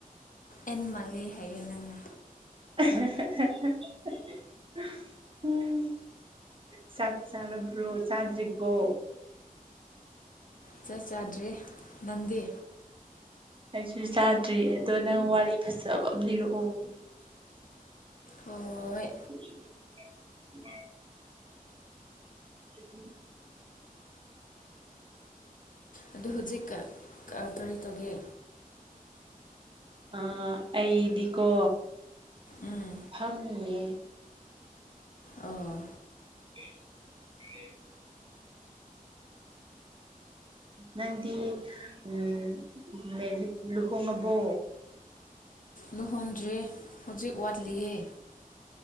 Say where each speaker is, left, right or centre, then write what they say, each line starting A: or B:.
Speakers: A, on the left; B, on the right.
A: ꯑꯦꯟ ꯃꯥꯟꯂꯦ ꯍꯥꯏꯌꯦ ꯅꯪꯅ
B: <unintelligible> ꯎꯝ ꯆꯥꯛ ꯆꯥꯔꯕ꯭ꯔꯣ ꯆꯥꯗ꯭ꯔꯤꯕꯣ
A: ꯆꯥꯛ ꯆꯥꯗ꯭ꯔꯤ ꯅꯪꯗꯤ
B: ꯑꯩꯁꯨ ꯆꯥꯗ꯭ꯔꯤ ꯑꯗꯣ ꯅꯪ ꯋꯥꯔꯤ ꯐꯖꯕ ꯑꯃ ꯂꯤꯔꯛꯑꯣ
A: ꯑꯣꯢ
B: <unintelligible> <unintelligible>
A: ꯑꯗꯨ ꯍꯨꯖꯤꯛꯀꯥ ꯑ ꯀꯔꯤ ꯇꯧꯒꯦ?
B: ꯑꯥ ꯑꯩꯗꯤꯀꯣ
A: ꯎꯝ
B: ꯐꯝꯃꯤꯌꯦ꯫
A: ꯑꯣ
B: <unintelligible> ꯅꯪꯗꯤ ꯎꯝ ꯃꯦꯔꯤꯠ ꯂꯨꯍꯣꯡꯉꯕꯣ
A: ꯂꯨꯍꯣꯟꯗ꯭ꯔꯤ ꯍꯨꯖꯤꯛ ꯋꯥꯠꯂꯤꯌꯦ